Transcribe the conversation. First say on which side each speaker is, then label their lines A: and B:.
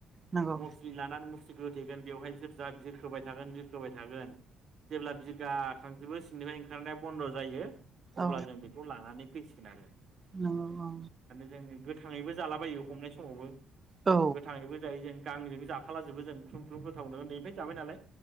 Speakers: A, on the right (about 30°); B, on the right (about 60°).
A: नंगौ
B: मुसुलि लानानै मुस सिबो होथेगोन बेवहाय बिसोर जा बिरखोबाय थागोन बिरखोबाय थागोन जेब्ला बिगाखांजोबो सिंनिफ्राय ओंखारनाया बन्द' जायो। अब्ला
A: औ
B: जों बेखौ लानानै फैसिगोन आरो
A: नंगौ
B: जोङो गोथाङैबो जालाबायो हमनाय समावबो
A: औ
B: गोथाङैबो जायो जों गांजों जाफाला जोबो जों ख्रुं ख्रुं गोथावनो उन्दैनिफ्राय जाबाय नालाय।